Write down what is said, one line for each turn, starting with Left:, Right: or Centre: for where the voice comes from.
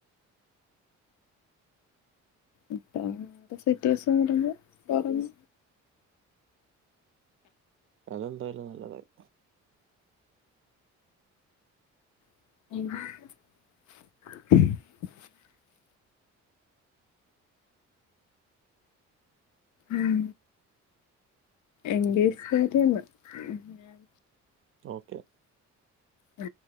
Left: അപ്പോഴത്തെ സിറ്റുവേഷൻ വരുമ്പോ ഒറങ്ങ്
Right: അതെന്തായാലും നല്ലതായി
Left: <inaudible> ഉം എംബിഎക്കാരിയാന്ന് ഞാൻ
Right: ഓക്കെ.
Left: ആ